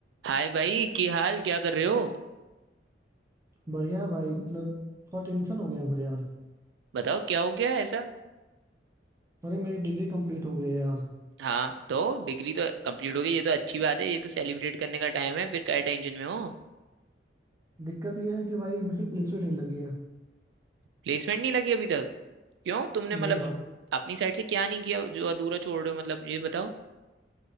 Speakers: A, on the right; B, on the right.
A: हाय भाई की हाल क्या कर रहे हो
B: बढ़िया है भाई मतलब थोड़ा टेंशन हो गया मुझे यार
A: बताओ क्या हो गया ऐसा
B: अरे मेरी डिग्री कंप्लीट हो गई है यार
A: हाँ तो डिग्री तो कंप्लीट हो गई ये तो अच्छी बात है ये तो सेलिब्रेट करने का टाइम है फिर क्या टेंशन में हो
B: दिक्कत यह है कि भाई मेरी प्लेसमेंट नहीं लगी है
A: प्लेसमेंट नहीं लगी अभी तक क्यों तुमने मतलब
B: नहीं भाई
A: अपनी साइड से क्या नहीं किया जो अधूरा छोड़ रहे हो मतलब ये बताओ